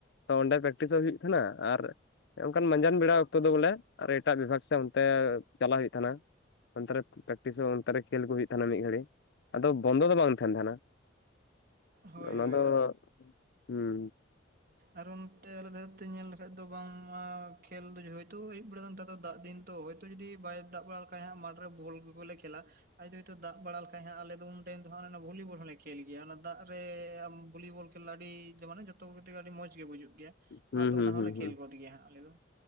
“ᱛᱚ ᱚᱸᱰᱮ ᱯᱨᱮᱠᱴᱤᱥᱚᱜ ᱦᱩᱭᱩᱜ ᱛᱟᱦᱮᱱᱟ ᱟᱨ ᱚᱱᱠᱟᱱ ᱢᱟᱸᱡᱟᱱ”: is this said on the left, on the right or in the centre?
Left